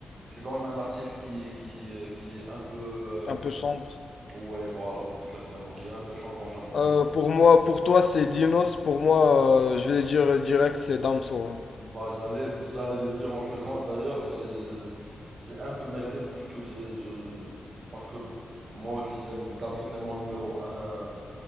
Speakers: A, on the right; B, on the left.
A: c'est quand même un artiste qui, qui, euh, qui est un peu, euh,
B: Un peu sombre.
A: ouais, voilà, exactement, qui est un peu sombre dans sa musique.
B: Euh, pour moi, pour toi, c'est Dinos. Pour moi, euh, je vais dire direct, c'est Damso, hein.
A: Bah, j'allais, j'allais le dire en second, d'ailleurs, j'ai, j'ai, j'ai un peu merdé puisque j'ai, je, parce que moi aussi j'aime, Damso c'est mon numéro un